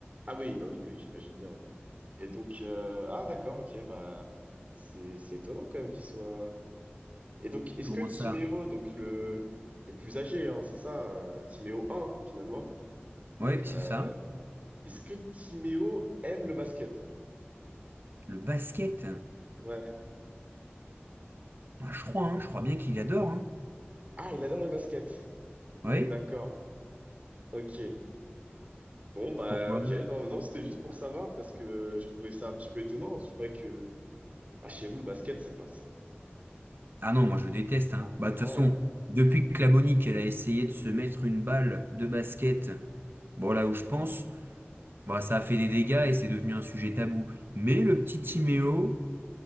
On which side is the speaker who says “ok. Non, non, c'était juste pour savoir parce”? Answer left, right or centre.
Right